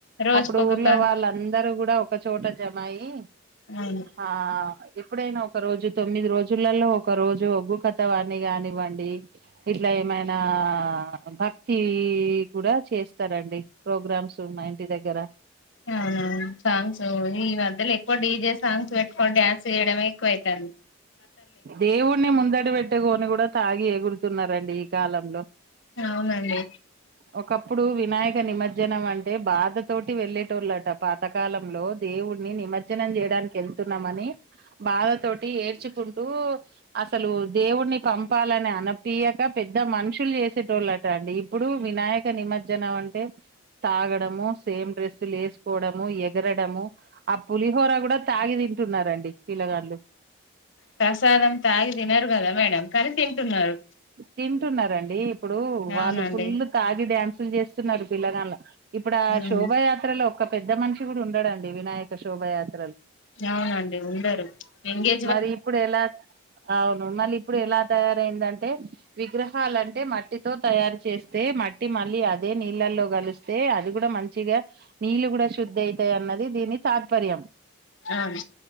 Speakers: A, on the left; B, on the right.
A: రోజుకొక
B: అప్పుడు ఊర్లో
A: క
B: వాళ్ళన్ అందరు కూడా ఒకచోట జమాయి
A: అవును
B: ఆ ఎప్పుడైనా ఒక రోజు తొమ్మిది రోజులలో ఒక రోజు ఒగ్గు కథవాన్ని కానివ్వండి ఇట్లా ఏమైనా భక్తి కూడా చేస్ వస్తారండి ప్రోగ్రామ్స్ మా ఇంటి దగ్గర
A: అవునువును సాంగ్స్ ఈ మధ్యలో ఎక్కువ డీ జేస్ సాంగ్స్ పెట్టుకోని డాన్స్ చేయడమే ఎక్కువయితాంది
B: దేవుణ్ణి ముందట బట్ పెట్టుకోని కూడా తాగి ఎగురుతున్నారండి ఈ కాలంలో
A: అవునండి
B: ఒకప్పుడు వినాయక నిమజ్జ మజ్జనం అంటే బాధ తోటి వెళ్ళేటోళ్ళంట పాతకాలంలో దేవుడిని నిమజ్జనం చేయడానికి వెళ్తున్నామని బాధతో టి ఏడ్చుకుంటూ అసలు దేవుడిని పంపాలని అనిపీయక పెద్ద మనుషులు చేసేటోళ్ళట అండి ఇప్పుడు వినాయక నిమజ్జనం అంటే తాగడమో సేమ్ డ్రెస్ లు వేసుకోవడము ఎగరడము ఆ పులిహోర కూడా తాగదీ తింటున్నారండి పిల్లగాళ్లు
A: ప్రసాదం తాగి తినరు కదా మేడం కానీ తింటున్నారు
B: తింటున్నరండీ ఇప్పుడు వాళ్ళు
A: అవునండి
B: ఫుల్ తాగి డ్యాన్సులు చేస్తున్నారు పిల్లగాండ్లు ఇప్పుడు ఆ
A: ఉమ్
B: శోభాయాత్రలో ఒక పెద్ద మనిషి కూడా ఉండడండి వినాయక శోభయాత్ర
A: అవునండి ఉండరు యంగే
B: మరి ఇప్పుడు ఎలా అవును మళ్ళీ ఇప్పుడు ఎలా తయారైందంటే విగ్రహాలంటే మట్టి తో తయారు చేస్తే మట్టి మళ్ళీ అదే నీళ్ళల్లో కలిస్తే అది కూడా మంచిగా నీళ్ళ కూడా శుద్ధి అయితాయి అన్నది దీని తాత్పర్యం
A: అవును